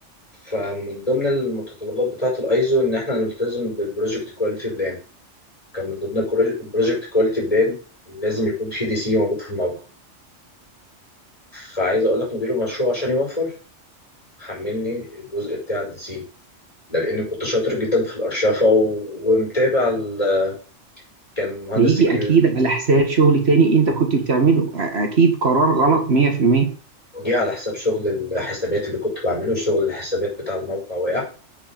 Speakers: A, on the left; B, on the right.
A: فمن ضمن المتطلبات بتاعة الايزو ان احنا نلتزم بالبروجكت كواليتي بلان كان من ضمن البروجكت كواليتي بلان لازم يكون في دي سي موجود في الموقع فعايز اقول لك مدير المشروع عشان يوفر حملني الجزء بتاع الدي سي ده لان كنت شاطر جدا في الارشفه و- ومتابع ال... كان مهندس
B: هيجي
A: الكيو
B: اكيد على حساب شغل تاني انت كنت بتعمله أ- اكيد قرار غلط 100%
A: جه على حساب شغل الحسابات اللي كنت بعمله شغل الحسابات بتاع الموقع وقع